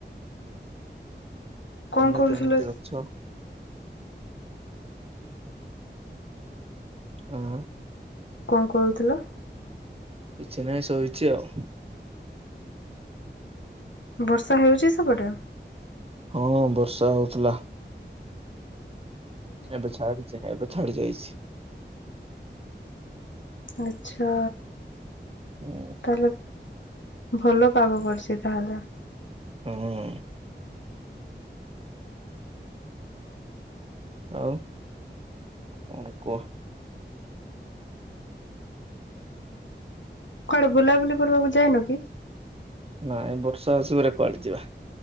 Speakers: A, on the left (about 80°); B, on the right (about 30°).
A: କଣ
B: ତମେ
A: କରୁଥିଲ?
B: କେମତି ଅଛ? ଉଁ
A: କଣ କରୁଥିଲ?
B: କିଛିନାଇ ଶୋଇଚି ଆଉ
A: ବର୍ଷା ହେଉଛି ସେପଟେ?
B: ହଁ ବର୍ଷା ହେଉଥିଲା। ଏବେ ଛାଡ଼ିଛି, ଏବେ ଛାଡ଼ି ଯାଇଛି
A: ଆଛା,
B: ହୁଁ
A: ତାହଲେ ଭଲ ପାଗ କରୁଛି ତାହେଲେ
B: ଉଁ ହୁ ଆଉ କଣ କୁହ
A: କୁଆଡେ ବୁଲାବୁଲି କରିବାକୁ ଯାଏନୁ କି
B: ନାଇଁ ବର୍ଷା ଆସିବରେ କୁଆଡେ ଯିବା